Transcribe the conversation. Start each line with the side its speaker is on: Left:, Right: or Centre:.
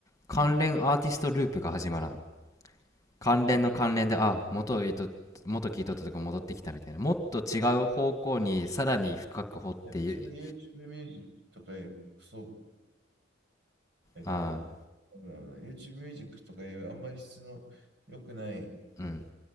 Left: 関連アーティストループが始まらん。
Right: うん。
Left: 関連の関連で、あ、元いと、元聞いとったとこ戻ってきたみたいな。もっと違う方向にさらに深く掘ってい、
Right: ね、それ YouTube ミュージックとかいうクソえっと、
Left: ああ、
Right: YouTube Music とかいうあんまり質の良くない
Left: うん、